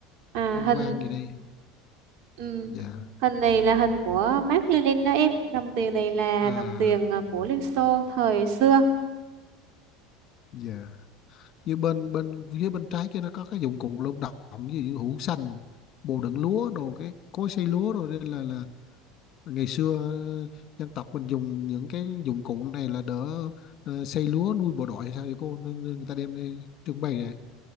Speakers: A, on the right (about 60°); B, on the left (about 45°).
A: à
B: quan
A: hình
B: gì đây
A: ừ,
B: dạ
A: hình này là hình của Mác Lênin đó em đồng tiền này là
B: à
A: đồng tiền à, của Liên Xô thời xưa
B: dạ như bên bên phía bên trái kia nó có cái dụng cụ lao động ví dụ như hũ xanh bồ đựng lúa đồ cái cối xay lúa rồi đây là là ngày xưa ờ, dân tộc mình dùng những cái dụng cụ này là đỡ ờ, xây lúa nuôi bộ đội hay sao vậy cô nên, nên người ta đem đi trưng bày vậy